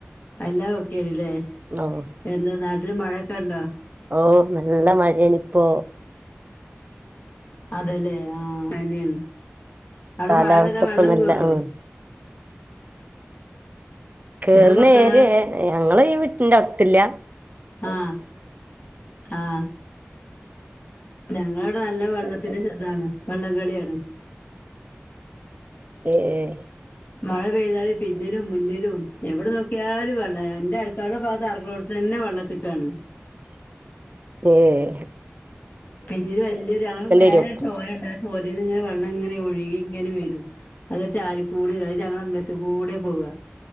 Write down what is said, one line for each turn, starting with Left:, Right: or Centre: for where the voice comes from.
Left: എല്ലാം ഒക്കെയാണ്ല്ലേ
Right: ഓ <unintelligible>
Left: എന്താ നാട്ടില് മഴയൊക്കെ ഒണ്ടോ
Right: ഓഹ് നല്ല മഴയാണ് ഇപ്പൊ
Left: അതല്ലേ ആഹ് മഴയാണ് അവിടെ
Right: കാലാവസ്ഥ
Left: മഴ പെയ്താൽ
Right: ഇപ്പൊ
Left: വെള്ളം
Right: നല്ല
Left: കേയറുവോ
Right: ഉം കേറുന്ന
Left: എത്ര മക്കളാ
Right: ഏരിയാ ഞങ്ങള് ഈ വീട്ടിന്റെ അടത്തില്ല
Left: ആഹ് ആഹ് ഞങ്ങടെ ഇവിടെ നല്ല വെള്ളത്തിന്റെ ഇതാണ് വള്ളംകളിയാണ്
Right: ഏയ്
Left: മഴ പെയ്താല് പിന്നിലും മുന്നിലും എവിടെ നോക്കിയാലും വെള്ളയാണ് എന്റെ അടുക്കളെടെ ഭാഗത്ത് ആക്ക- തന്നെ വെള്ളത്തിക്കാണ്
Right: ഏയ്
Left: പിന്നില് വല്യ ഒരാള് മേലെ
Right: വരും
Left: ചോലയുണ്ട് ആ ചോലെന്ന് ഇങ്ങനെ വെള്ളം ഇങ്ങനെ ഒഴുകി ഇങ്ങനെ വരും അത് ചാലിക്കൂടെ അതായത് ഞങ്ങളുടെ അമ്പത്തികൂടെ പോവ